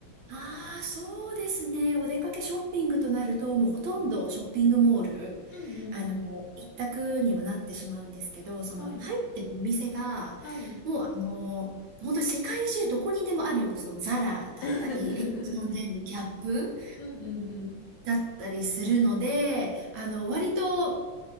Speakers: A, on the right; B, on the left.
A: ああ、そうですね。お出かけショッピングとなると、もうほとんどショッピングモール、
B: うん。うんうんうん。
A: あの、一択にはなってしまうんですけど、その入ってるお店が、
B: はい。はい。
A: もうあの、本当に世界中どこにでもあるような、そのザラだったり、
B: <laughs>
A: エッチンデンギャップ
B: うんうんうん。
A: だったりするので、あの、割と